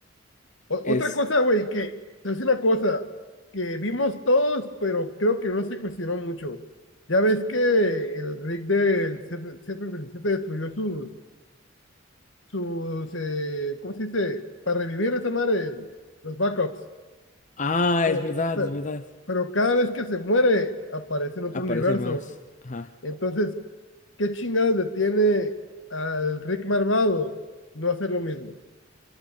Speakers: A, on the left; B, on the left.
A: O-
B: Es.
A: otra cosa, güey, que es una cosa que vimos todos, pero creo que no se cuestionó mucho. Ya ves que el Rick del C 77 destruyó sus, sus eh, ¿cómo se dice? Para revivir esa madre, el- los backups.
B: Ah,
A: Pero,
B: es verdad,
A: pero,
B: es verdad.
A: pero cada vez que se muere, aparece en otro
B: Aparece
A: universo.
B: más. Ajá,
A: Entonces, ¿qué chingados detiene al Rick malvado no hacer lo mismo?